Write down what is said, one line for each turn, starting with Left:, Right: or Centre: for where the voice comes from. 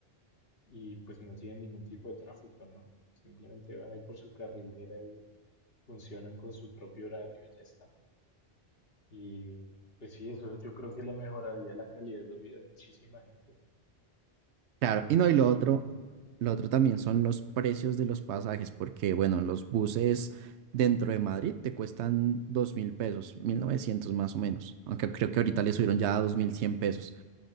Left: y pues no tienen ningún tipo de tráfico, ¿no? Simplemente van ahí por su carrilera y funcionan con su propio horario y ya está. Y pues sí, eso yo creo que le mejoraría la calidad de vida a muchísima gente,
Right: Claro,
Left: a muchísima
Right: y no, y lo otro,
Left: gente.
Right: lo otro también son los precios de los pasajes, porque bueno, los buses dentro de Madrid te cuestan dos mil pesos, 1900 más o menos, aunque creo que ahorita le subieron ya a dos mil cien pesos,